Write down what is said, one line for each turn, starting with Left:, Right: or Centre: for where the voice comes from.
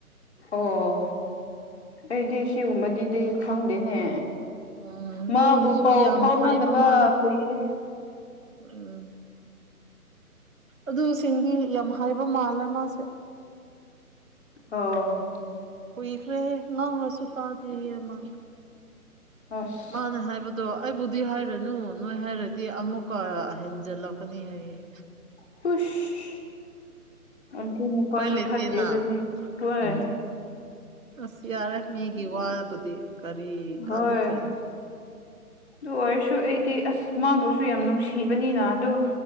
Left: ꯑꯣ ꯑꯩꯗꯤ ꯁꯤꯒꯨꯝꯕꯗꯤꯗꯤ ꯈꯪꯗꯦꯅꯦ
Right: ꯎꯝ
Left: ꯃꯥꯕꯨ
Right: ꯑꯗꯨꯗꯨꯁꯨ
Left: ꯄꯥꯎ
Right: ꯌꯥꯝ
Left: ꯐꯥꯎꯅꯗꯕ
Right: ꯍꯥꯏꯕ ꯃꯥꯜꯂꯦ
Left: ꯀꯨꯏꯔꯦ
Right: ꯎꯝ ꯑꯗꯨꯁꯤꯡꯒꯤ ꯌꯥꯝ ꯍꯥꯏꯕ ꯃꯥꯜꯂꯦ ꯃꯥꯁꯦ
Left: ꯑꯣ
Right: ꯀꯨꯏꯈ꯭ꯔꯦꯍꯦ ꯉꯥꯡꯔꯁꯨ ꯇꯥꯗ꯭ꯔꯦꯌꯦ ꯃꯥ
Left: ꯑꯁ
Right: ꯃꯥꯅ ꯍꯥꯏꯕꯗꯣ ꯑꯩꯕꯨꯗꯤ ꯍꯥꯏꯔꯅꯨ ꯅꯣꯏ ꯍꯥꯏꯔꯗꯤ ꯑꯃꯨꯛꯀꯥ ꯍꯦꯟꯖꯜꯂꯛꯀꯥꯅꯤ ꯍꯥꯏꯌꯦ
Left: ꯍꯨꯁ ꯑꯗꯨ ꯅꯨꯄꯥꯁꯨ
Right: ꯎꯄꯥꯏ ꯂꯩꯇꯦꯅ
Left: ꯐꯠꯇꯦ ꯑꯗꯨꯗꯤ ꯍꯣꯏ
Right: ꯎꯝ ꯑꯁ ꯌꯥꯔꯦ ꯃꯤꯒꯤ ꯋꯥꯕꯨꯗꯤ ꯀꯔꯤ
Left: ꯍꯣꯏ
Right: ꯀꯥꯟꯅꯗꯣꯏꯅꯣ
Left: ꯑꯗꯨ ꯑꯣꯏꯔꯁꯨ ꯑꯩꯗꯤ ꯑꯁ ꯃꯥꯕꯨꯁꯨ ꯌꯥꯝ ꯅꯨꯡꯁꯤꯕꯅꯤꯅ ꯑꯗꯨ